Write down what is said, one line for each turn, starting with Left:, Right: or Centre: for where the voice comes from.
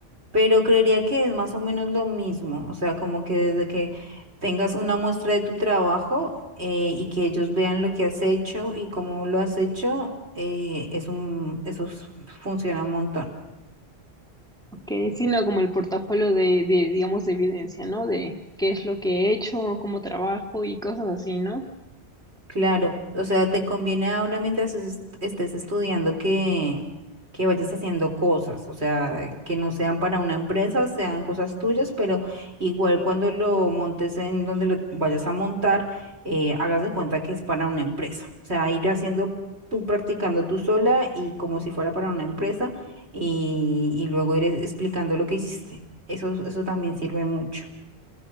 Right: Pero creería que es más o menos lo mismo. O sea, como que desde que tengas una muestra de tu trabajo eh, y que ellos vean lo que has hecho y cómo lo has hecho, eh, es un, eso es- funciona un montón.
Centre: Okay, sino como el portafolio de, de, digamos, de evidencia, ¿no? De qué es lo que he hecho, cómo trabajo y cosas así, ¿no?
Right: Claro, o sea, te conviene ahora mientras es- estés estudiando que, que vayas haciendo cosas, o sea, que no sean para una empresa, sean cosas tuyas, pero igual cuando lo montes en donde lo vayas a montar, eh, hagas de cuenta que es para una empresa, o sea, ir haciendo tú practicando tú sola y como si fuera para una empresa y, y luego ir explicando lo que hiciste. Eso, eso también sirve mucho.